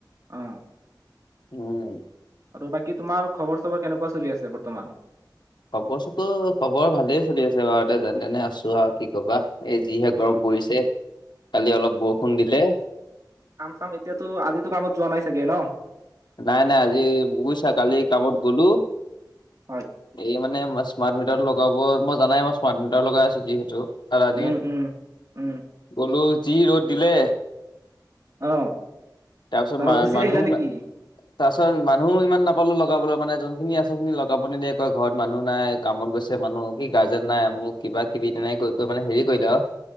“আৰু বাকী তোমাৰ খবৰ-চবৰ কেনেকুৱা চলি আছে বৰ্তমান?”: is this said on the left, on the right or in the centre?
Right